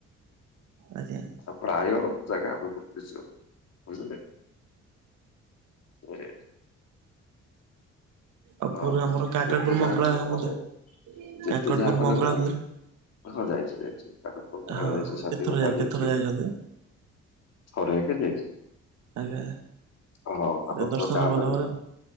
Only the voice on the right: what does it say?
ଆଜ୍ଞା
ଆଉ
ପୁରା ଆମର କାକଟପୁର
ମଙ୍ଗଳା
ମନ୍ଦିର
କାକଟପୁର
ମଙ୍ଗଳା
ମନ୍ଦିର
ହଁ
କେତେଥର
କେତେଥର
ଯାଇଛନ୍ତି?
ଆଜ୍ଞା
ଏ ଦର୍ଶନ
ଭଲ
ଭାବରେ